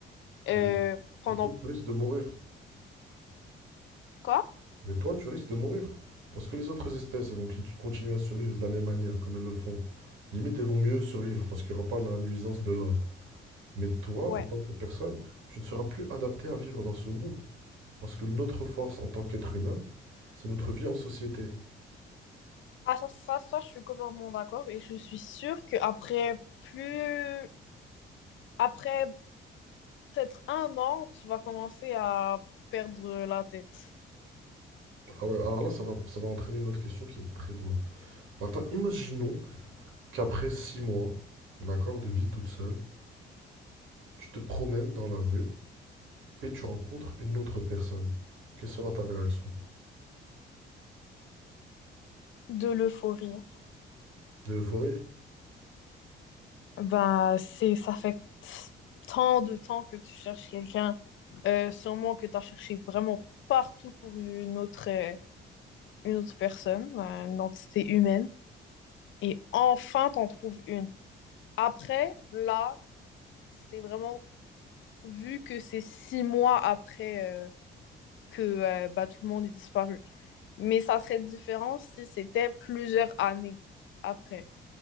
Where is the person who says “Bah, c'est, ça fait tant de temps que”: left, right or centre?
Left